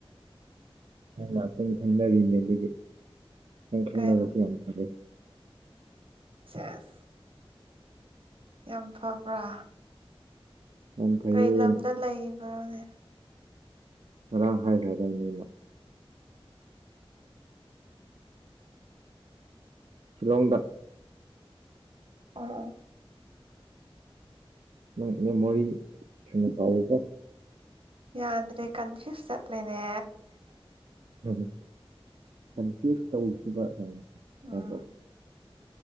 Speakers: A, on the right; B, on the right.
A: ꯇ ꯊꯗꯤꯅꯦꯗꯒꯤ꯫ ꯅꯪ ꯈꯪꯅꯕꯁꯦ
B: ꯀꯩꯕ
A: ꯌꯥꯝ ꯐꯔꯦ꯫
B: ꯁꯦꯁ ꯌꯥꯝ ꯐꯕ꯭ꯔꯥ
A: ꯌꯥꯝ ꯐꯩꯌꯦ
B: ꯀꯩ ꯂꯝꯗ ꯂꯩꯕ꯭ꯔꯣꯅꯦ꯫
A: ꯉꯥꯔ꯭ꯪ ꯍꯥꯏꯈꯔꯥ ꯇꯥꯏꯅꯦ ꯉꯒꯣꯟꯗꯥ ꯁꯤꯂꯣꯡꯗ꯫
B: ꯑꯥ
A: ꯅꯪ ꯃꯦꯃꯣꯔꯤ ꯊꯨꯅꯥ ꯀꯥꯎꯋꯦꯀꯣ
B: ꯌꯥꯗ꯭ꯔꯦ ꯀꯟꯐ꯭ꯌꯨꯁ ꯆꯠꯂꯦꯅꯦ꯫
A: ꯎꯝ ꯀꯟꯐ꯭ꯌꯨꯁ ꯇꯧꯈꯤꯕ ꯀꯩꯅꯩꯅꯣ
B: ꯎꯝ